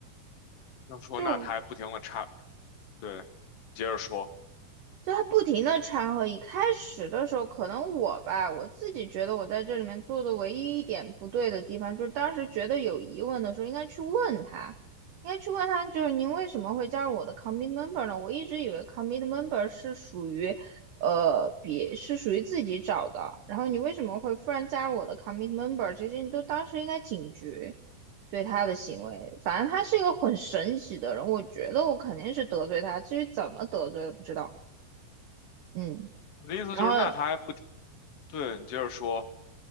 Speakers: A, on the left; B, on the right.
A: 要说那他还不停的插，
B: 就。
A: 对，接着说，
B: 就他不停的掺和。一开始的时候，可能我吧，我自己觉得我在这里面做的唯一一点不对的地方，就是当时觉得有疑问的时候，应该去问他，应该去问他，就是您为什么会加入我的 commit member 呢？我一直以为 commit member 是属于，呃，别是属于自己找的，然后你为什么会忽然加入我的 commit member？这些你都当时应该警觉。对他的行为，反正他是一个很神奇的人，我觉得我肯定是得罪他，至于怎么得罪的不知道。嗯，
A: 我的意思就是那他还不停，
B: 然后
A: 对，你接着说，